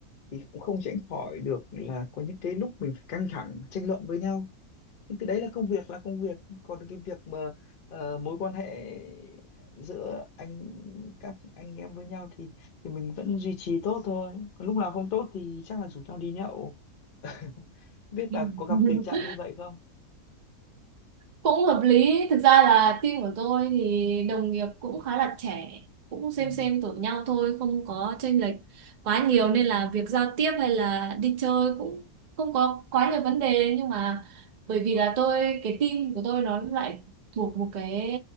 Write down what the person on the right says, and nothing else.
<laughs>
cũng hợp lý thực ra là team của tôi thì đồng nghiệp cũng khá là trẻ cũng xem
xem tuổi nhau thôi không có chênh lệch quá nhiều nên là việc giao tiếp hay là đi chơi cũng không có quá nhiều vấn đề nhưng mà bởi vì là tôi cái team của tôi nó lại thuộc một cái